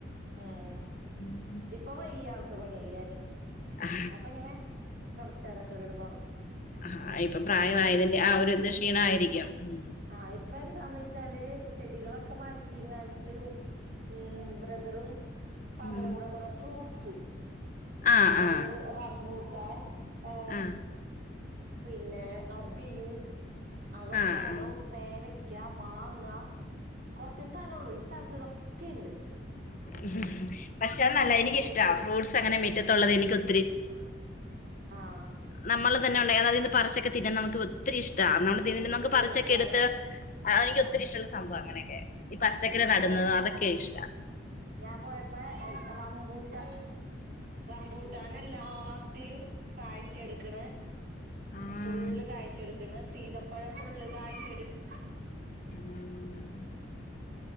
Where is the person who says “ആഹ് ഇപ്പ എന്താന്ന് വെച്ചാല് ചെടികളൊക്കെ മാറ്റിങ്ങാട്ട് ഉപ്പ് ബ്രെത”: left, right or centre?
Right